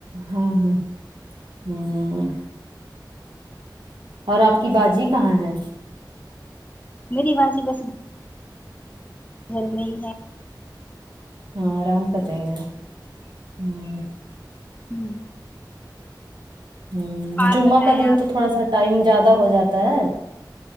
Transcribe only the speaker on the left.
میری باجی بس گھر میں ہی ہے
ہ
اور
بتائیں
آپ